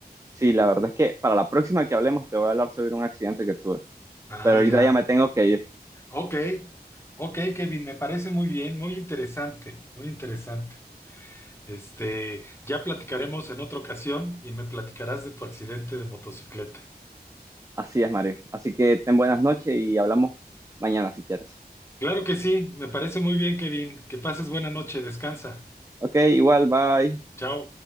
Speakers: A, on the right; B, on the left.
A: Sí, la verdad es que para la próxima que hablemos te voy a hablar sobre un accidente que tuve,
B: Ah,
A: pero ahorita
B: ya.
A: ya me tengo que ir.
B: Ok, ok, Kevin, me parece muy bien, muy interesante, muy interesante. Este, ya platicaremos en otra ocasión y me platicarás de tu accidente de motocicleta.
A: Así es, Mario. Así que ten buenas noches y hablamos mañana si quieres.
B: Claro que sí, me parece muy bien, Kevin. Que pases buena noche, descansa.
A: Ok, igual, bye.
B: Chao.